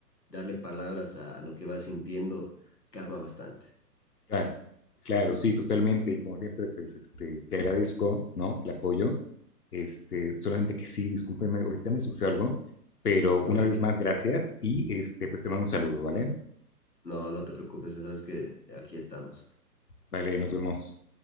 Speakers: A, on the left; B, on the left.
A: darle palabras a, a lo que vas sintiendo calma bastante.
B: Claro, claro, sí, totalmente. Y como siempre, pues, este, te agradezco, ¿no? El apoyo. Este, solamente que sí, discúlpeme, ahorita me surgió algo, pero una
A: No, que-
B: vez más, gracias y este, pues te mando un saludo, ¿vale?
A: no, no te preocupes, sabes que aquí estamos.
B: Vale, nos vemos.